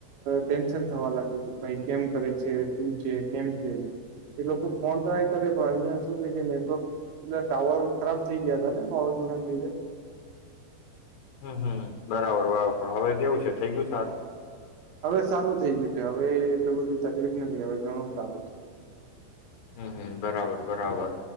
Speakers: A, on the right; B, on the left.
A: ટેન્શન થવા લાગ્યું. કે ભાઈ કેમ કરે છે? શું છે? કેમ છે? એ લોકો ફોન ટ્રાય કરે પણ અહિયાં શું છે કે, નેટવર્ક પેલા ટાવર ખરાબ થઈ ગયા હતા ને, વાવાઝોડાને લીધે
B: હમ હમ બરાબર બરાબર! હવે કેવું છે થઈ ગયું સારું?
A: હવે સારું થઈ ગયું છે. હવે એટલું બધું તકલીફ નથી. હવે ઘણું સારું
B: હમ હમ બરાબર બરાબર